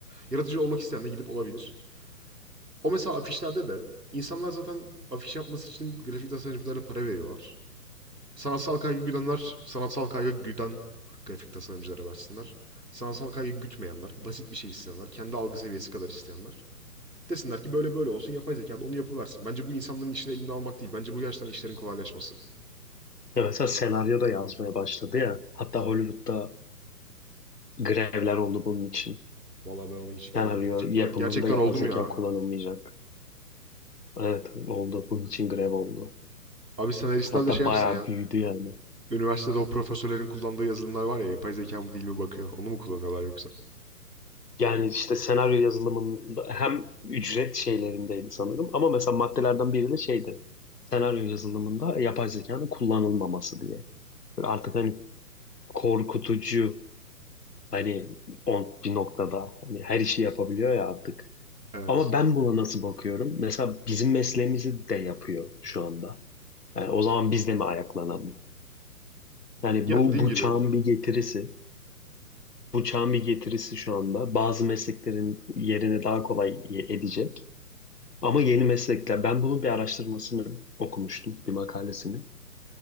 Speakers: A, on the right; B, on the left.
A: Yaratıcı olmak isteyen de gidip olabilir. O mesela afişlerde de insanlar zaten afiş yapması için grafik tasarımcılara para veriyorlar. Sanatsal kaygı güdenler, sanatsal kaygı güden grafik tasarımcılara versinler. Sanatsal kaygı gütmeyenler, basit bir şey isteyenler, kendi algı seviyesi kadar isteyenler. Desinler ki böyle böyle olsun yapay zeka da onu yapıversin. Bence bu insanların işini elinden almak değil. Bence bu gerçekten işlerin kolaylaşması.
B: ya mesela senaryo da yazmaya başladı ya. Hatta Hollywood'da grevler oldu bunun için.
A: Vallahi ben onu hiç
B: Senaryo
A: görmedim. Gerçekten
B: yapımında
A: o gerçekten
B: yapay
A: oldu
B: zeka
A: mu ya?
B: kullanılmayacak. Evet oldu. Bunun için grev oldu.
A: Abi senaristler
B: Hatta
A: de şey yapsın
B: bayağı
A: ya.
B: büyüdü yani.
A: Üniversitede o profesörlerin kullandığı yazılımlar var ya yapay zeka mı değil mi bakıyor. Onu mu kullanıyorlar yoksa?
B: Yani işte senaryo yazılımında hem ücret şeylerindeydi sanırım ama mesela maddelerden biri de şeydi. Senaryo yazılımında yapay zekanın kullanılmaması diye. Böyle Artık hani korkutucu hani on bir noktada hani her işi yapabiliyor ya artık.
A: Evet.
B: Ama ben buna nasıl bakıyorum? Mesela bizim mesleğimizi de yapıyor şu anda. Yani o zaman biz de mi ayaklanalım? Yani
A: Ya,
B: bu,
A: dediğin
B: bu
A: gibi.
B: çağın bir getirisi. Bu çağın bir getirisi şu anda. Bazı mesleklerin yerini daha kolay ye- edecek. Ama yeni meslekler. Ben bunun bir araştırmasını okumuştum, bir makalesini.